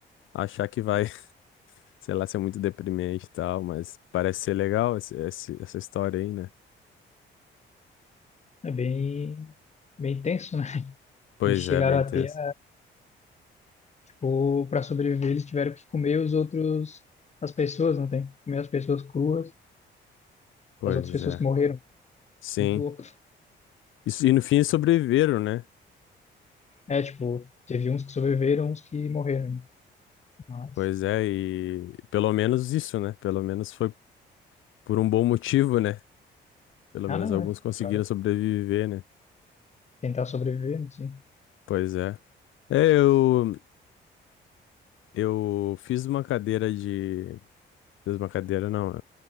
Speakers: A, on the left; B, on the left.
A: achar que vai, <laughs> sei lá, ser muito deprimente e tal, mas parece ser legal esse- esse- essa história aí, né?
B: É bem, bem tenso, né?
A: Pois
B: Eles chegaram
A: é, bem
B: a
A: tenso.
B: ter, tipo, para sobreviver, eles tiveram que comer os outros, as pessoas, não tem? Comer as pessoas cruas,
A: Pois
B: as outras pessoas
A: é.
B: que morreram.
A: Sim.
B: Muito louco.
A: Isso, e no fim eles sobreviveram, né?
B: É, tipo, teve uns que sobreviveram, uns que morreram. Mas,
A: Pois é, e pelo menos isso, né? Pelo menos foi por um bom motivo, né? Pelo
B: ah,
A: menos
B: não,
A: alguns
B: é.
A: conseguiram
B: Pra
A: sobreviver, né?
B: tentar sobreviver, assim.
A: Pois é. É, eu. Eu fiz uma cadeira de. Fiz uma cadeira, não.